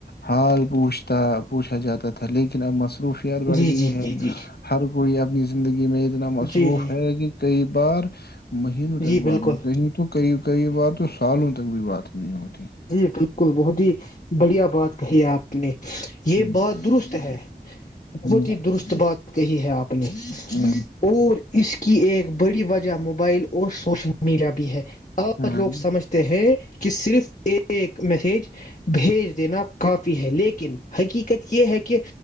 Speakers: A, on the left (about 75°); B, on the left (about 50°).
A: حال پوچھتا پوچھا جاتا تھا لیکن اب مسئلہ خوفت بڑھ
B: جی
A: گئی
B: جی جی
A: ہے
B: جی
A: ہر کوئی اپنی زندگی ج میں اتنا
B: جی
A: مصروف
B: جی
A: ہے کہ کئی بار مہینوں
B: جی
A: تک
B: بالکل
A: بعد نہیں کہیں تو کئی کئی بات تو سالوں تک بھی بات نہیں ہوتی
B: جی بالکل بہت ہی بڑھیا بات کہی ہے آپ نے یہ
A: ہوں
B: بات درست ہے
A: ہوں
B: بہت ہی درست بات کہی ہے آپ نی
A: ہوں
B: اور اس کی ایک بڑی وجہ موبائل اور سوشل میڈیا بھی ہے اور
A: ہاں
B: لوگ سمجھتے ہیں کہ صرف ایک میسج بھیج دینا کافی ہے لیکن حقیقت یہ ہے کہ